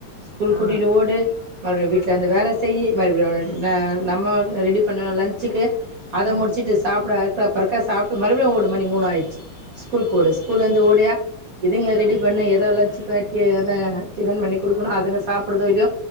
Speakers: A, on the right (about 85°); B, on the left (about 35°).
A: ஸ்கூல்
B: ஆ
A: கூட்டிட்டு ஓடு மறுபடி வீட்டில வந்து வேல செய்யி <unintelligible>
B: ம்
A: ந நம்மோ நா ரெடி பண்ணுவே லஞ்ச்க்கு அத
B: ம்
A: முடிச்சிட்டு ஸ் <unintelligible> அறக்க பறக்க சாப்ட்டு மறுபடியு ஓடு மணி மூணாயிட்ச்சி ஸ்கூல்க்கு ஓடு ஸ்கூலேந்து ஓடியா இதுங்கள
B: ஆ
A: ரெடி பண்ணி ஏதோ லஞ்ச் <unintelligible> டிஃபன் பண்ணி குடுக்கணு அதுங்க சாப்டுதோ இல்லையோ